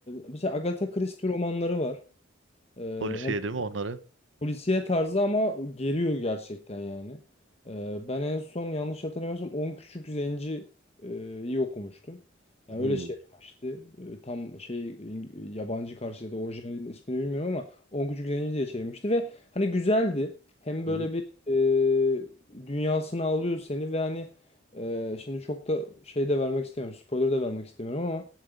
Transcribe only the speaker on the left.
mesela Agatha Christie romanları var. Ee,
hem
Polisiye tarzı ama geriyor gerçekten yani. Ee, ben en son yanlış hatırlamıyorsam 10 Küçük Zenci'yi iyi okumuştum. Yani
öyle şey yapmıştı. Ee, tam şey İng- yabancı karşıya da orijinal ismini bilmiyorum ama 10 Küçük Zenci diye çevirmişti ve hani güzeldi. Hem
böyle
bir e, dünyasını alıyor seni ve hani e, şimdi çok da şey de vermek istemiyorum. Spoiler de vermek istemiyorum ama